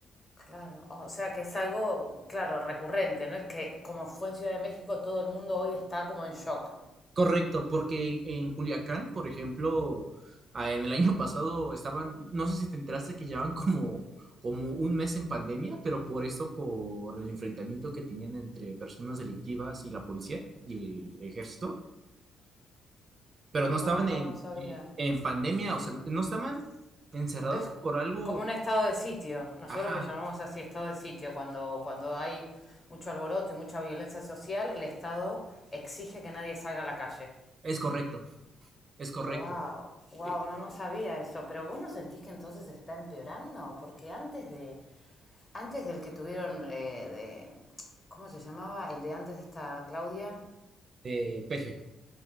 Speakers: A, on the left (about 30°); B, on the right (about 40°).
A: Claro, o sea que es algo, claro, recurrente, ¿no? Es que como fue en Ciudad de México, todo el mundo hoy está como en shock.
B: Correcto, porque en Culiacán, por ejemplo, ah, en el año <laughs> pasado estaban, no sé si te enteraste que llevaban como, como un mes en pandemia, pero por esto, por el enfrentamiento que tenían entre personas delictivas y la policía y el ejército, pero no
A: Wow,
B: estaban
A: no,
B: en,
A: no sabía.
B: eh, en pandemia, o sea, no estaban encerrados
A: Co- Es
B: por algo.
A: como un estado de sitio. Nosotros
B: Ajá,
A: le llamamos así estado de sitio. Cuando, cuando hay mucho alboroto y mucha violencia social, el Estado exige que nadie salga a la calle.
B: es correcto, es correcto.
A: Wow, wow,
B: Eh,
A: no, no sabía eso. Pero vos no sentís que entonces está empeorando, porque antes de, antes del que tuvieron eh, de, ¿cómo se llamaba? El de antes de esta Claudia.
B: eh, PG.